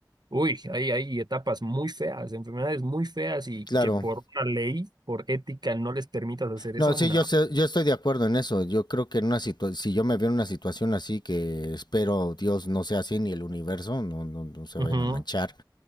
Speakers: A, on the right; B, on the left.
A: uy, hay, hay etapas muy feas, enfermedades muy feas y
B: Claro.
A: que por una ley, por ética, no les permitas hacer
B: No,
A: eso,
B: sí,
A: no.
B: yo, sé- yo estoy de acuerdo en eso. Yo creo que en una situa- si yo me veo en una situación así, que espero Dios no sea así, ni el universo, no, no, no se
A: Ujú.
B: vayan a manchar,